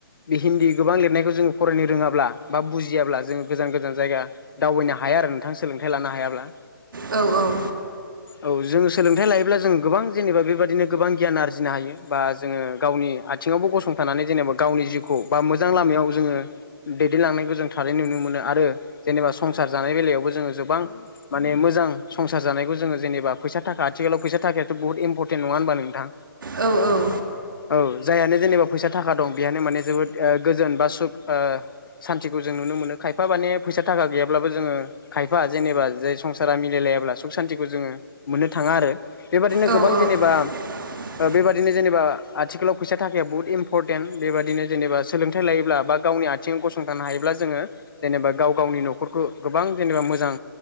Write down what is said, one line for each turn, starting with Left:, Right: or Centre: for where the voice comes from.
Left: बे हिन्दी गोबां लिरनायखौ जोङो फरायनो रोङाब्ला बा बुजियाब्ला जोङो गोजान गोजान जायगा दावबायनो हाया आरो नोंथां सोलोंथाइ लानो हायाब्ला
Right: औ औ
Left: औ जोङो सोलोंथाइ लायोब्ला जों गोबां जेनेबा बेबदिनो गोबां गियान आरजिनो हायो बा जोङो गावनि बिथिङावबो गसंथानानै जेनेबा गावनि जिउखौ बा मोजां लामायाव जोङो दैदेनलांनायखौ जों थारै नुनो मोनो आरो जेनेबा संसार जानाय बेलायावबो जोङो गोबां माने मोजां संसार जानायखौ जोङो जेनेबा फैसा थाखा आथिखालाव फैसा थाखायाथ' बहुत इमपरटेनट नङा होनबा नोंथां
Right: औ औ
Left: औ जायहानो जेनेबा फैसा थाखा दं बेहानो माने जोबोद ओ गोजोन बा सुख ओ सान्तिखौ जों नुनो मोनो खायफा माने फैसा थाखा गैयाब्लाबो जोङो खायफा जेनेबा जाय संसारा मिलायलाया ब्ला सुख शान्तिखौ जोङो मोननो थाङा आरो बेबायदिनो
Right: औ
Left: गोबां जेनेबा
Right: <inaudible>
Left: बेबाददिनो जेनेबा आथिखालाव फैसा थाखाया बहुत इम्परटेन्ट बेबायदिनो जेनेबा सोलोंथाय लायोब्ला बा गावनि आथि बिथिङाव गसंथानो हायोब्ला जोङो जेनेबा गाव गावनि न'खरखौ गोबां जेनेबा मोजां